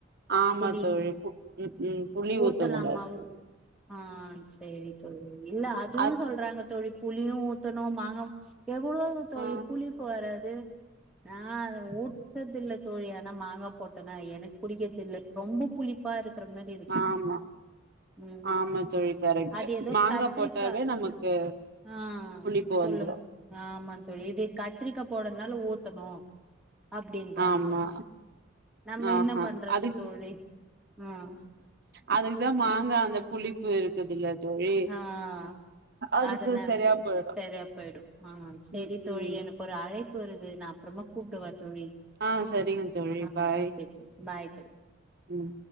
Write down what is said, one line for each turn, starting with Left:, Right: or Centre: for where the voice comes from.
Right: ஆமா
Centre: புளி
Right: தோழி புப் ம் ம் புளி
Centre: ஊத்தலாமா
Right: ஊத்த கூடாது
Centre: ஆ செரி தோழி இல்ல அதுவூ
Right: அது
Centre: சொல்றாங்க தோழி புளியூ ஊத்தணூ மாங்கா எவ்ளோ தோழி
Right: ஆ
Centre: புளிப்பு வராது நான் அத ஊத்தர்து இல்ல தோழி அ நா மாங்கா போட்டோனா எனக்கு பிடிக்கர்து இல்ல ரொம்பே புளிப்பா இருக்கிற மாதிரி இருக்கு
Right: ஆமா
Centre: ம்
Right: ஆமா தோழி கரெக்ட்
Centre: அது ஏதோ
Right: மாங்கா
Centre: கத்திரிக்கா
Right: போட்டாவே நமக்கு
Centre: ஆ
Right: புளிப்பு
Centre: சொல்லுங்
Right: வந்துரு
Centre: ஆமா தோழி இது கத்திரிக்கா போடர்துனால ஊத்தணூ அப்டின்றாங்க
Right: ஆமா
Centre: நம்ம
Right: ஆஹா
Centre: என்ன பண்றத்
Right: அது
Centre: தோழி ம்
Right: அதுக்குதா மாங்கா அந்த புளிப்பு இருக்குதுல்ல தோழி
Centre: ஆ
Right: அதுக்கு
Centre: அதனால
Right: சரியா போயிடு
Centre: சரியா போயிடூ அ செரி
Right: ம்
Centre: தோழி
Right: ம்
Centre: எனக் ஒரு அழைப்பு வருது நா அப்பறமா கூப்டுவா தோழி
Right: ஆ செரிங்க தோழி
Centre: ஆ
Right: பாய்
Centre: ஓகே தோழி பாய் தோழி
Right: ம்